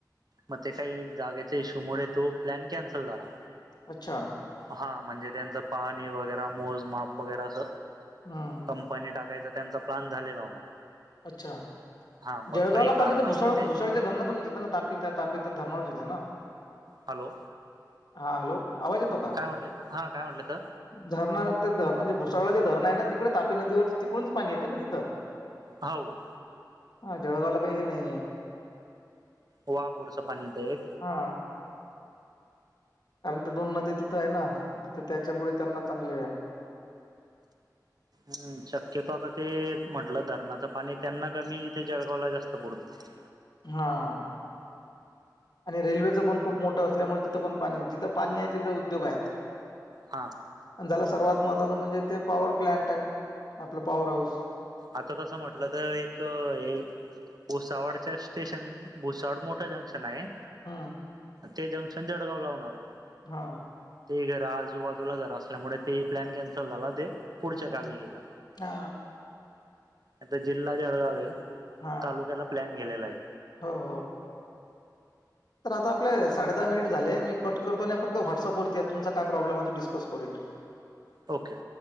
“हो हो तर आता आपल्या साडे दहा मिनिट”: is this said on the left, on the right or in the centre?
Left